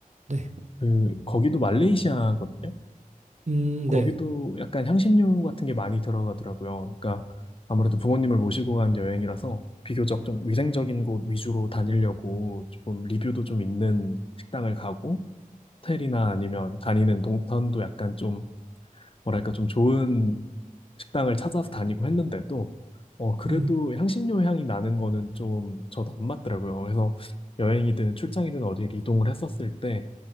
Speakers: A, on the right; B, on the left.
A: 네.
B: 그 거기도 말레이시아거든요.
A: 음,
B: 거기도
A: 네.
B: 약간 향신료 같은 게 많이 들어가더라고요. 그러니까 아무래도 부모님을 모시고 간 여행이라서 비교적 좀 위생적인 곳 위주로 다니려고 조금 리뷰도 좀 있는 식당을 가고 호텔이나 아니면 다니는 동선도 약간 좀 뭐랄까 좀 좋은 식당을 찾아서 다니고 했는데도 어 그래도
A: 음,
B: 향신료 향이 나는 거는 좀 저도 안 맞더라고요. 그래서 여행이든 출장이든 어디 이동을 했었을 때